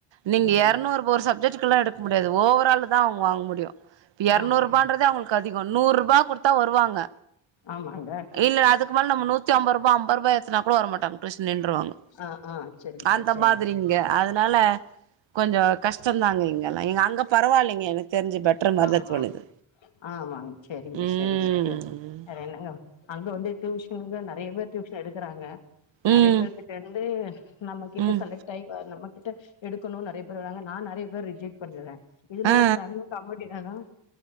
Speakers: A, on the right; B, on the left.
A: நீங்க
B: ம்
A: இருநூறு சஜெக்ட்டுக்கெல்லாம் எடு முடியாது ஓவரால் தான் அவங்க வாங்க முடியும் இப்ப இரநூறு
B: ஆமா
A: ரூபா இன்றதே அவங்களுக்கு அதிகம் நூறு ரூபா கொடுத்தா வருவாங்க
B: ஆமாங்க
A: இல்ல அதுக்கு மேல நம்ம நூத்தி ஐம்பது ரூபா ஐம்பது ரூபா ஏத்துனா கூட வர மாட்டாங்க டியூஷன் நின்றுவாங்க
B: ஆ ஆ சரிங்க
A: அந்த
B: சரிங்க
A: மாதிரிங்க அதனால கொஞ்சம் கஷ்டந்தாங்க இங்கெல்லாம் அங்க பரவாயில்லைங்க எனக்கு தெரிஞ்சு
B: ஆமா
A: பெட்டர் மாரிதா
B: ஆமா
A: தோணுது
B: ஆமாங்க சரிங்க
A: ம்
B: சரிங்க சரி வேற என்னங்க அங்க வந்து டியூஷனு நிறைய பேர் டியூஷன் எடுக்கிறாங்க நிறைய
A: ம்
B: பேர் கிட்ட இருந்து நம்மகிட்ட
A: ம்
B: செலக்ட் ஆயி வ நம்மகிட்ட எடுக்கணும் நிறைய பேர் வர்றாங்க நான் நிறைய பேர் ரிஜெக்ட் பண்ணிறுவேன் இதுல
A: ஆ
B: ஒரு அதான்